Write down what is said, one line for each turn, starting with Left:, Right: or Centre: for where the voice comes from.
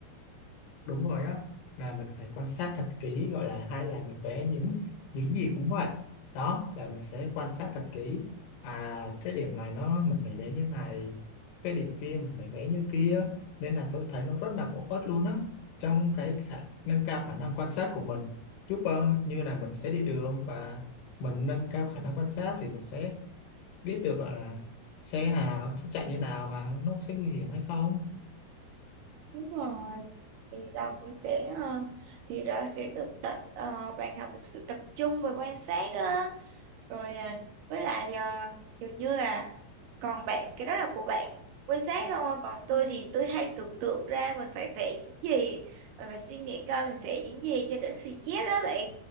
Left: đúng rồi á là mình phải quan sát thật kỹ gọi là hay là mình vẽ những những gì cũng vậy đó là mình sẽ quan sát thật kỹ à cái điểm này nó mình phải vẽ như này cái điểm kia mình phải vẽ như kia nên là tôi thấy nó rất là bổ ích luôn á trong cái khả nâng cao khả năng quan sát của mình giúp ờ, như là mình sẽ đi đường và mình nâng cao khả năng quan sát thì mình sẽ biết được gọi là xe nào sẽ chạy như nào và nó sẽ nguy hiểm hay không
Right: Đúng rồi thì đó cũng sẽ ờ, thì đó sẽ được tập ờ, bạn học được sự tập trung và quan sát á rồi ờ, với lại ờ, kiểu như là còn bạn cái đó là của bạn quan sát không à? còn tôi thì tôi hay tưởng tượng ra mình phải vẽ những gì mình phải suy nghĩ coi mình vẽ những gì cho đỡ suy chết á bạn